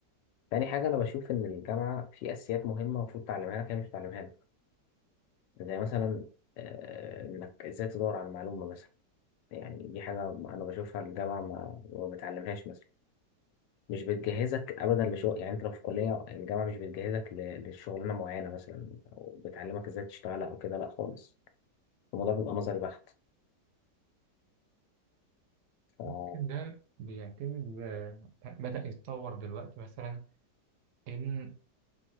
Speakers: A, on the left; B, on the right.
A: تاني حاجة انا بشوف ان الجامعة في اساسيات مهمة المفروض تعلمها لك هي مش بتعلمها لك زي مثلا آه، انك ازاي تدور على المعلومة مثلا، يعني دي حاجة أنا بشوفها الجامعة ما ما بتعلمهاش مثلا مش بتجهزك أبدا لشغل يعني أنت لو في كلية الجامعة مش بتجهزك ل- لشغلانة معينة مثلا أو بتعلمك إزاي تشتغل أو كده لأ خالص الموضوع بيبقى نظري بحت فمش
B: ممكن ده بيعتمد آه، بدأ يتطور دلوقتي مثلا إن